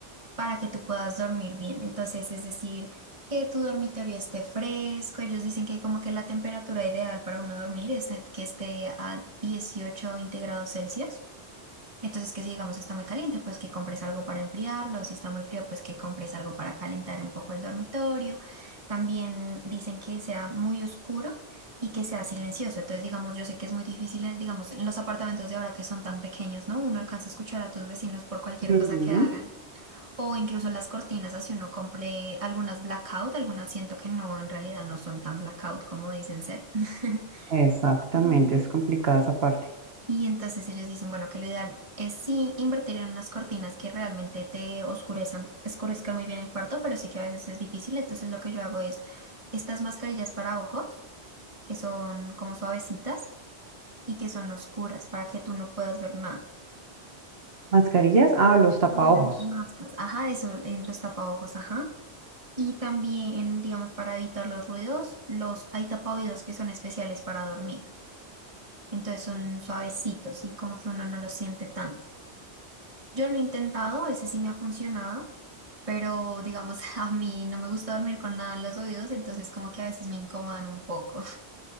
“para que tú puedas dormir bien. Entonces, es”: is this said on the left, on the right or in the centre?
Right